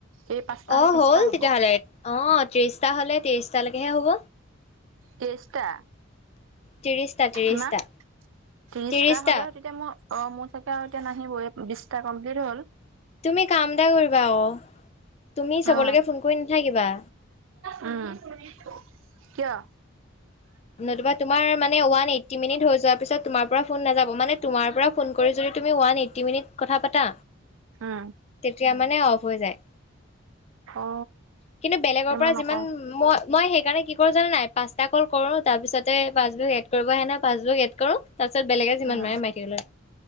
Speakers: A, on the right; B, on the left.
A: এই পাঁচটা হলে
B: অ'
A: ত্ৰিশটা
B: হ'ল
A: হ'ব
B: তেতিয়াহ'লে, অ তেইছটাহ'লে তেইছটালৈকেহে হ'ব।
A: তেয়ছটা?
B: ত্ৰিশটা
A: কিমান?
B: ত্ৰিশটা
A: ত্ৰিশটা
B: ত্ৰিশটা
A: হ'লে তেতিয়া মোৰ অ' মোৰ চাগে আৰু এতিয়া নাহিবই, বিশটা কমপ্লিট হ'ল।
B: তুমি কাম এটা কৰিবা আকৌ, তুমি চবলৈকে
A: অ
B: ফোন কৰি নাথাকিবা।
A: উম', কিয়?
B: নতুবা তু তোমাৰ মানে ওৱান এইটি মিনিট হৈ যোৱাৰ পিছত তোমাৰ পৰা ফোন নেযাব মানে তোমাৰ পৰা ফোন কৰি যদি তুমি ওৱান এইটি মিনিট কথা পাতা
A: উম
B: তেতিয়া মানে অফ হৈ যায়।
A: অ
B: কিন্তু বেলেগৰ
A: এতিয়া
B: পৰা
A: মই নকওঁ
B: যিমান মই মই সেইকাৰণে কি কৰোঁ জানা নাই? পাঁচটা কল কৰ তাৰ পিছতে পাচবুক এড কৰিব আহে ন, পাচবুক এড কৰোঁ তাৰ পিছত বেলেগে যিমান
A: উম
B: মাৰে মাৰি থাকিবলৈ।